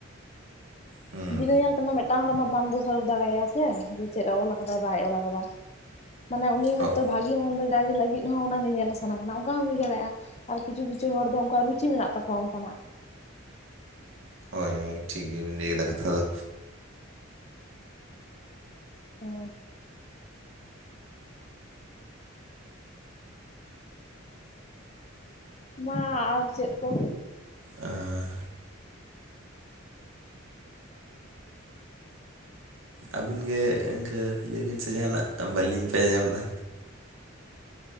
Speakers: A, on the right (about 70°); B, on the left (about 30°).
A: ᱦᱩᱸ
B: ᱵᱤᱱᱟᱹ ᱧᱮᱞ ᱛᱮᱢᱟ ᱢᱤᱫᱴᱟᱝ ᱦᱚᱲ ᱢᱟ ᱵᱟᱢ ᱫᱳᱥᱟᱨᱚᱯ ᱫᱟᱲᱮᱭᱟᱭᱟ ᱥᱮ, ᱡᱮ ᱪᱮᱫ-ᱮ ᱚᱞ ᱠᱟᱫᱟᱭ ᱵᱟᱭ ᱚᱞ ᱠᱟᱫᱟ᱾ ᱢᱟᱱᱮ ᱩᱱᱤ ᱦᱚᱭᱛᱚ
A: ᱦᱚᱜ
B: ᱵᱷᱟᱜᱮ ᱵᱷᱟᱜᱤ ᱢᱚᱱᱫᱚ ᱡᱟᱡᱽ ᱞᱟᱹᱜᱤᱫ ᱦᱚᱸ ᱚᱱᱟ ᱧᱮᱧᱮᱞᱮ ᱥᱮᱱ ᱠᱟᱱᱟ, ᱚᱝᱠᱟ ᱦᱚᱸ ᱦᱩᱭ ᱫᱟᱲᱮᱭᱟᱜ-ᱟ᱾ ᱟᱨ ᱠᱤᱪᱷᱩ ᱠᱤᱪᱷᱩ ᱦᱚᱲ ᱫᱚ, ᱩᱝᱠᱩᱣᱟᱜ ᱨᱩᱪᱤ ᱢᱮᱱᱟᱜ ᱛᱟᱠᱚᱣᱟ ᱚᱝᱠᱟᱱᱟᱜ᱾
A: ᱦᱳᱭ ᱦᱳᱭ, ᱴᱷᱤᱠ ᱜᱮᱵᱤᱱ ᱞᱟᱹᱭ ᱠᱮᱫᱟ ᱠᱟᱛᱷᱟ ᱫᱚ᱾
B: ᱦᱩᱸ᱾ ᱢᱟᱻ ᱟᱨ ᱪᱮᱫ ᱠᱚ?
A: ᱟᱸᱻ ᱟᱹᱵᱤᱱ ᱜᱮ, ᱤᱝᱠᱟᱹ ᱞᱟᱹᱭ ᱵᱤᱱ ᱥᱮ ᱡᱟᱸᱦᱟᱱᱟᱜ, ᱵᱟᱹᱞᱤᱧ ᱯᱟᱸᱡᱟ ᱧᱟᱢᱫᱟ᱾